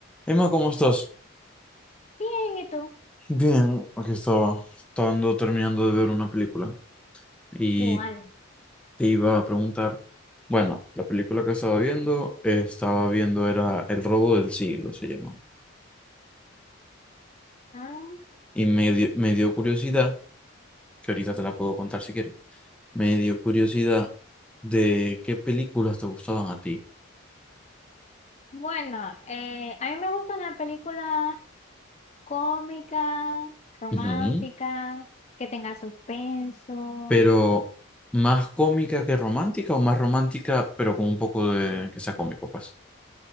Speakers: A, in the centre; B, on the left.
A: Emma, ¿cómo estás?
B: Bien, ¿y tú?
A: Bien, aquí estaba, estaba ando terminando de ver una película y
B: ¿Cuál?
A: te iba a preguntar, bueno, la película que estaba viendo, eh, estaba viendo era El robo del siglo, se llama,
B: Ah,
A: y me dio, me dio curiosidad, que ahorita te la puedo contar si quieres, me dio curiosidad de qué películas te gustaban a ti,
B: bueno, eh, a mí me gustan las películas cómicas, románticas,
A: Ujú.
B: que tengan suspenso.
A: Pero más cómica que romántica o más romántica, pero con un poco de que sea cómico, pues.